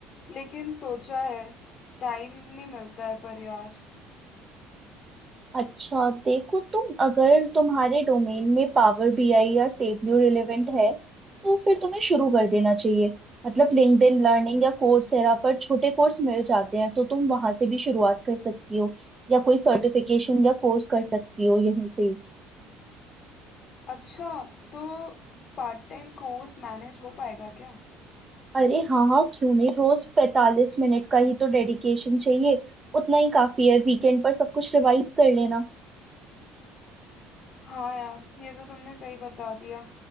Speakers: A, on the left (about 40°); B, on the right (about 25°).
A: लेकिन सोचा है टाइम नहीं मिलता है पर यार
B: अच्छा देखो तुम अगर तुम्हारे डोमेन में पावर बीआई या टेबल्यू रिलेवेंट है तो फिर तुम्हें शुरू कर देना चाहिए मतलब लिंक्डइन लर्निंग या कोर्सेरा पर छोटे कोर्स मिल जाते हैं तो तुम वहां से भी शुरुआत कर सकती हो या कोई सर्टिफिकेशन या कोर्स कर सकती हो यहीं से ही।
A: अच्छा तो पार्ट टाइम कोर्स मैनेज हो पाएगा क्या
B: अरे हाँ हाँ क्यों नहीं रोज पैंतालीस मिनट का ही तो डेडिकेशन चाहिए उतना ही काफी है वीकेंड पर सब कुछ रिवाइज कर लेना
A: हाँ यार ये तो तुमने सही बता दिया